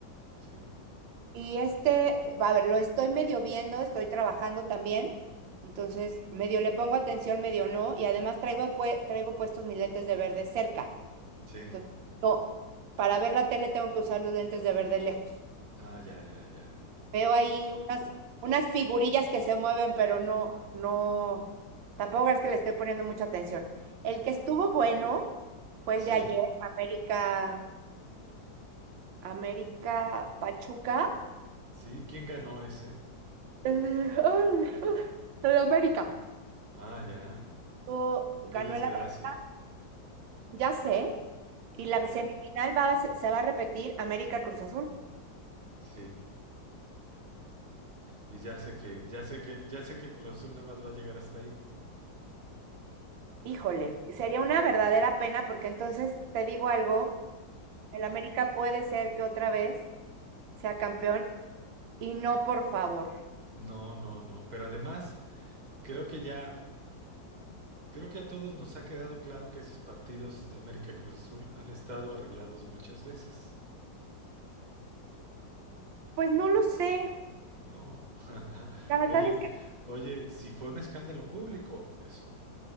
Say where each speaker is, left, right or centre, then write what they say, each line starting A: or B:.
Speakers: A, on the right; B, on the right.
A: sí,
B: Y este, a ver, lo estoy medio viendo, estoy trabajando también. Entonces, medio le pongo atención, medio no. Y además traigo, pue- traigo puestos mis lentes de ver de cerca.
A: sí.
B: Entonces, no, para ver la tele tengo que usar los lentes de ver de lejos.
A: Ah, ya, ya, ya.
B: Veo ahí
A: ya.
B: unas, unas figurillas que se mueven, pero no, no, tampoco es que le esté poniendo mucha atención. El que estuvo bueno fue
A: Sí,
B: el de ayer, América. América Pachuca.
A: sí, ¿quién ganó ese?
B: <laughs> El, ay, El América.
A: Ah, ya.
B: tuvo- ganó
A: Qué desgracia.
B: el América, ya sé. Y la
A: Ajá,
B: semifinal va, a se se va a repetir América Cruz Azul.
A: Sí. Y ya sé que, ya sé que, ya sé que el Cruz Azul nada más va a llegar hasta ahí.
B: Híjole, sería una verdadera pena porque entonces te digo algo, el América puede ser que otra vez sea campeón y no, por favor.
A: No, no, no. Pero además, creo que ya. Creo que a todos nos ha quedado claro que esos partidos de América Cruz Azul han estado arreglados muchas veces,
B: Pues no lo sé.
A: ¿no? <laughs>
B: La verdad
A: Oye,
B: es que,
A: oye, si fue un escándalo público eso,